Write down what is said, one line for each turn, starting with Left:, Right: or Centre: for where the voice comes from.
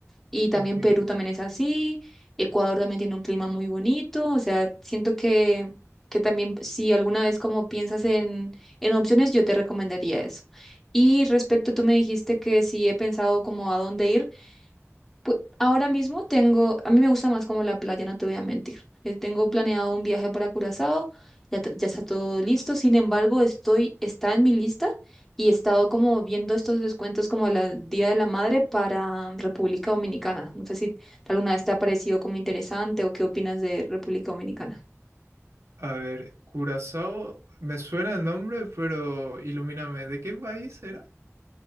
Centre: Y también
Right: Ok.
Centre: Perú también es así, Ecuador también tiene un clima muy bonito, o sea, siento que, que también si alguna vez como piensas en, en opciones, yo te recomendaría eso. Y respecto, tú me dijiste que si he pensado como a dónde ir. Pues ahora mismo tengo, a mí me gusta más como la playa, no te voy a mentir. Eh, tengo planeado un viaje para Curazao, ya, t- ya está todo listo. Sin embargo, estoy, está en mi lista y he estado como viendo estos descuentos como el Día de la Madre para mm, República Dominicana. No sé si alguna vez te ha parecido como interesante o qué opinas de República Dominicana.
Right: A ver, Curazao, me suena el nombre, pero ilumíname, ¿de qué país era?